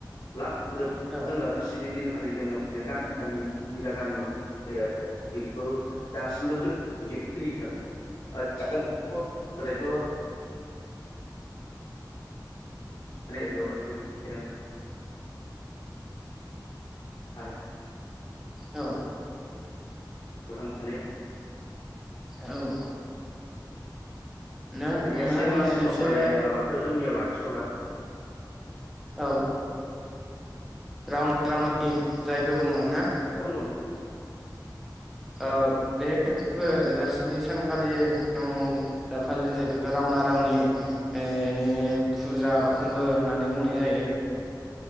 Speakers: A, on the left (about 60°); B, in the centre.
A: ला फोजोब
B: औ
A: जोङो स्नि दिनख खालि जोङो <unintelligible> गामि गामि निजा गामियाव <unintelligible> बेखौ दासिमबो जों सोलियो <unintelligible> माने बेयावनो <unintelligible> <unintelligible>
B: औ
A: थांनानै
B: औ नों
A: दानिया
B: मा
A: से
B: होनो
A: मास मोसानाय
B: एसे
A: माबाखो जोंनियाव लाखि खि थला
B: औ रावनि रावनि जायखो बुङो ना
A: उन उन
B: औ बे फोरबो
A: उम
B: जा स्नि सानखा आ खालि जों जा फालिनाय जायो बेखौ रावना रावनि फुजा बा फोरबो होननानै बुंनाय जायो।